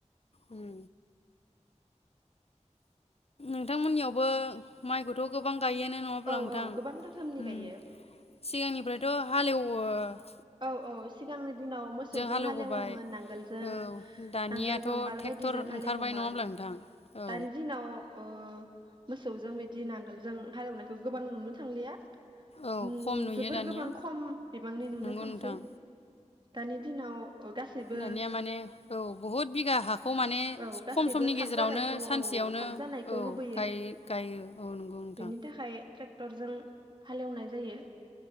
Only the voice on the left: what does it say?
उम नोंथांमोननियावबो माइखौथ गोबां गायोनो नङा होमब्ला
नोंथां
उम
सिगांनिफ्रायथ हालेव अ <unintelligible>
हालेवबोबाय
औ दानियाथ'
ट्रेक्टर
ओंखारबाय नङा होमब्ला नोंथां औ
औ खम नुयो
दानिया
नंगौ नोंथां
दानिया माने औ बहुद बिगा हाखौ माने
खम समनि
गेजेरावनो
सानसेयावनो
औ
गाय गायो औ नंगौ नोंथां